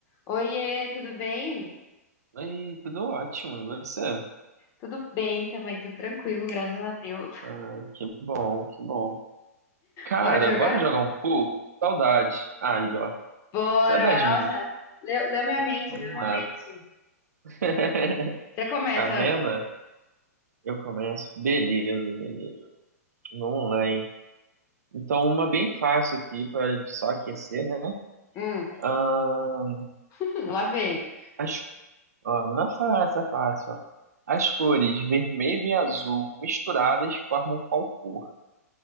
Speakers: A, on the left; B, on the right.
A: Oiê, tudo bem?
B: Ei, tudo ótimo, e você?
A: Tudo bem também, tudo tranquilo, graças a Deus.
B: Ah, que bom, que bom. Cara,
A: Bora jogar?
B: bora jogar um pouco? Saudade. Aí, ó.
A: Bora!
B: Você é das
A: Nossa,
B: minhas.
A: leu, leu minha mente,
B: Vamos
A: leu minha
B: lá.
A: mente.
B: <laughs>
A: Você começa.
B: Tá vendo? Eu começo. Beleza, beleza. Vamos lá, hein? Então, uma bem fácil aqui pra gente só aquecer, né?
A: Hum,
B: Ah,
A: <laughs> lá vem.
B: as... ó, não é fácil, é fácil, ó. As cores vermelho e azul misturadas formam qual cor?